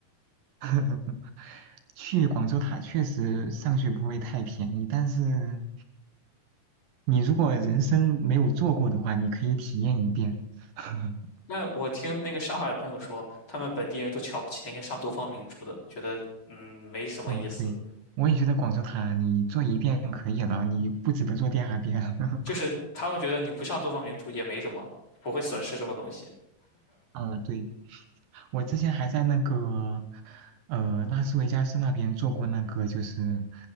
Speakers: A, on the right; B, on the left.
A: <laughs> 去广州塔确实上去不会太便宜，但是你如果人生没有坐过的话，你可以体验一遍。<laughs>
B: 那我听那个上海的朋友说，他们本地人都瞧不起那些上东方明珠的，觉得嗯没什么意思，
A: 嗯，对，我也觉得广州塔你坐一遍可以了，你不值得坐第二遍。<laughs>
B: 就是他们觉得你不上东方明珠也没什么，不会损失什么东西。
A: 嗯，对，我之前还在那个呃拉斯维加斯那边坐过那个，就是